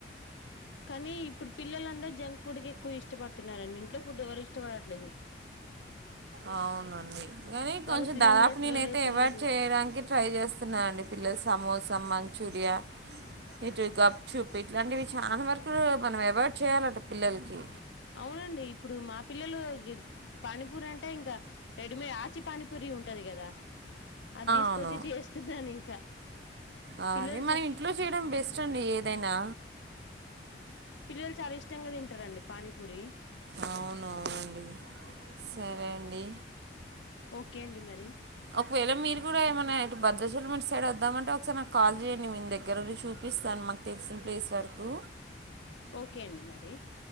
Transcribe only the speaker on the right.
అవునండి కానీ
కొంచెం
దాదాపు
నేనైతే
ఎవడ్ చేయడానికి ట్రై చేస్తున్నానండి పిల్లలు సమోసా సమ్ మంచూరియా ఇటు గప్ చూపు ఇట్లాంటివి చానా వరకు మనం ఎవాయిడ్ చేయాలట పిల్లలకి
అవును
ఆ
అది మనం
ఇంట్లో చేయడం బెస్ట్ అండి ఏదైనా
అవును అవునండి సరే అండి
ఒకవేళ మీరు కూడా ఏమన్నా ఇటు భద్రాచాలిమిట్ సైడ్ వద్దామంటే ఒకసారి నాకు కాల్ చేయండి మీే దగ్గరండి చూపిస్తాను మాకు తెలిసిన ప్లేస్ వరకు